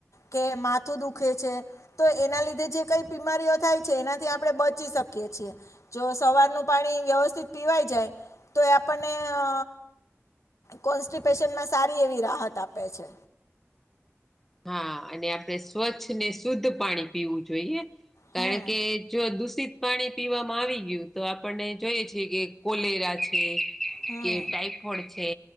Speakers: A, on the left; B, in the centre.
A: કે માથું દુખે છે તો એના લીધે જે કઈ બીમારીઓ થાય છે એના થી આપણે બચી શકીએ છી જો સવારનું પાણી વ્યવસ્થિત પીવાઈ જાય. તો એ આપણને અ કોન્સ્ટિપેશનમાં સારી એવી રાહત આપે છે.
B: હા અને આપણેે સ્વચ્છ ને શુદ્ધ પાણી પીવું જોઈએ
A: હમ
B: કારણ કે જો દુષિત પાણી પીવામાં આવી ગયું તો આપણને જોઈએ છે કે કોલેરા છે.
A: હમ
B: કે ટાઈફોડ છે.